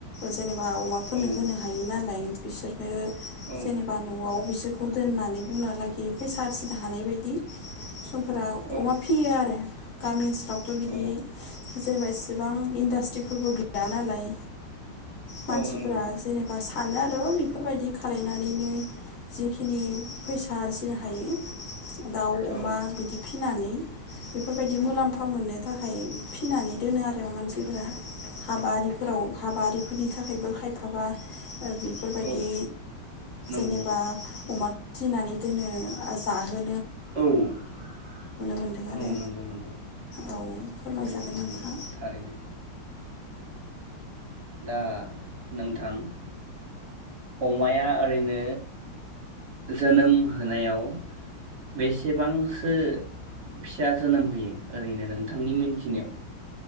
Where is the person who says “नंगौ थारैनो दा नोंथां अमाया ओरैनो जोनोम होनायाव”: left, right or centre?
Right